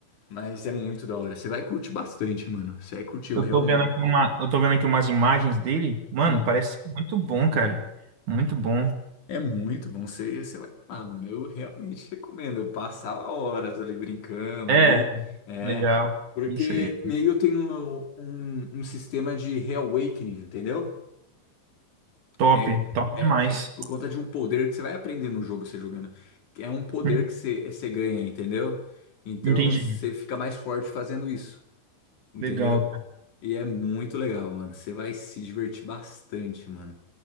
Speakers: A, on the left (about 55°); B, on the right (about 55°).
A: Mas é muito da hora. Você vai curtir bastante, mano. Você vai curtir, eu
B: Eu
A: realmente.
B: tô vendo aqui uma, eu tô vendo aqui umas imagens dele. Mano,
A: Hum.
B: parece muito bom, cara. Muito bom.
A: É muito bom você, você vai lá, mano. Eu realmente <laughs> recomendo. Eu passava horas ali brincando
B: É,
A: ali. É,
B: Legal.
A: porque
B: Isso aí.
A: meio eu tenho um, um sistema de reawakening, entendeu?
B: Top.
A: É,
B: Top
A: é,
B: demais.
A: é por conta de um poder que você vai aprender no jogo você jogando. que É um poder
B: Hum,
A: que você, você ganha, entendeu? Então
B: entendi.
A: você fica mais forte fazendo isso, entendeu?
B: Legal, cara.
A: E é muito legal, mano. Você vai se divertir bastante, mano.